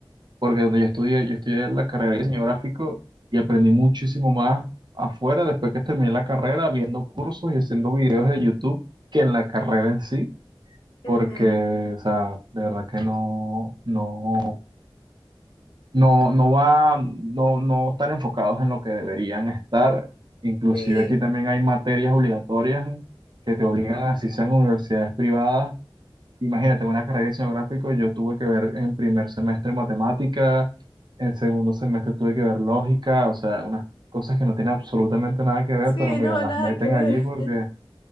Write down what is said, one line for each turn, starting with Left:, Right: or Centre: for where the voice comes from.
Right: porque donde yo estudié, yo estudié la carrera de diseño gráfico y aprendí muchísimo más afuera después que terminé la carrera, viendo cursos y haciendo videos de YouTube que en la carrera en sí,
Left: Ujú,
Right: porque, o sea, de verdad que no, no, no, no va, no, no están enfocados en lo que deberían estar. Inclusive
Left: Sí,
Right: aquí también hay materias obligatorias que te obligan, así sean universidades privadas Imagínate, una carrera de diseño gráfico, yo tuve que ver en primer semestre matemática, en segundo semestre tuve que ver lógica, o sea, unas cosas que no tienen absolutamente nada que ver,
Left: sí,
Right: pero mira,
Left: no,
Right: las
Left: nada
Right: meten
Left: que ver.
Right: allí porque
Left: <laughs>